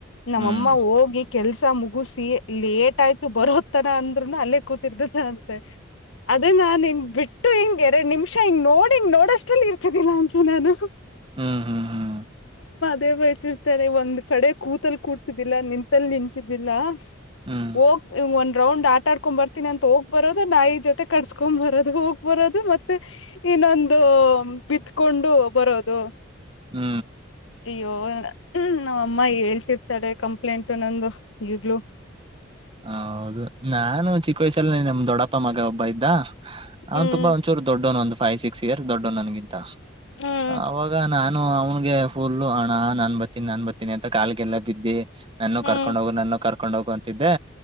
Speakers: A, on the left; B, on the right.
A: ನಮ್ಮಮ್ಮ
B: ಹ್ಮ್
A: ಹೋಗಿ ಕೆಲ್ಸ ಸ ಮುಗುಸ ಲೇಟ್ ಆಯ್ತು ಬರೋದತರ ಅಂದ್ರುನು ಅಲ್ಲೇ ಕೂತಿರ್ತದ ಅಂತೆ ಅದೇ ನಾನ್ ಹೆಂಗ್ ಬಿಟ್ಟ ಇ ಹಿಂಗೆ ಎರಡ್ ನಿಮಿಷ ಹಿಂಗ ನೋಡಿ ಹಿಂಗ ನೋಡ್ ಅಷ್ಟಲ್ಲಿ ಇರ್ತದಿಲ್ಲ ಅಂಕೆ ನಾನು
B: ಹ್ಮ್ ಹ್ಮ್ ಹ್ಮ್
A: ದೇವತಿಳ್ತಾರೆ ಒಂದ್ ಕಡೆ ಕೂತಲ್ ಕೂಡ್ತಿದ್ದಿಲ್ಲ ನಿಂತಲ್ಲಿ ನಿಂತಿದ್ದಿಲ್ಲ
B: ಹ್ಮ್
A: ಹೋಗ್ ಒಂದ್ ರೌಂಡ್ ಆಟ ಆಡ್ಕೊಂಡ್ ಬರ್ತೀನಿ ಅಂತ ಹೋಗ್ ಬರೋದು ನಾಯಿ ಜೊತೆ ಕಡಸ್ಕೊಂಡ್ ಬರೋದು ಹೋಗ್ ಬರೋದು ಮತ್ತೆ ಇನ್ನೊಂದು ಬಿತ್ಕೊಂಡ ಕೊಂಡು ಬರೋದು
B: ಹ್ಮ್
A: ಅಯ್ಯೋ ಹ ನಾವ ಅಮ್ಮ ಹೇಳ್ತಿರ್ತಾಳ ಕಂಪ್ಲೇಂಟ್ ನಂದು ಈಗ್ಲೂ
B: ಹೌದು ನಾನು ಚಿಕ್ಕ ವಯಸ್ಸಲ್ಲಿ ನಮ ದೊಡ್ಡಪ್ಪ ಮಗ ಒಬ್ಬ ಬ ಇದ್ದ ಅವನ್
A: ಹ್ಮ್
B: ತುಂಬಾ ಒಂಚೂರು ದೊಡ್ಡವಣ ಒಂದು ಫೈವ್ ಸಿಕ್ಸ್ ಇಯರ್ ದೊಡ್ಡವಣ ನನ್ಗಿಂತ
A: ಹ್ಮ್
B: ಅವಾಗ ನಾನ ನಾನು ಅವನ್ಗೆ ಫುಲ್ಲ ಹಣ ನನ್ ಬತೀನಿ ನನ್ ಬತೀನಿ ಅಂತ ಕಾಲಿಗೆಲ್ಲ ಬಿದ್ದಿ ನಾನು
A: ಹ್ಮ್
B: ಕರ್ಕೊಂಡ್ ಹೋಗು ನನ್ನು ಕರ್ಕೊಂಡ್ ಹೋಗು ಅಂತಿದ್ದೆ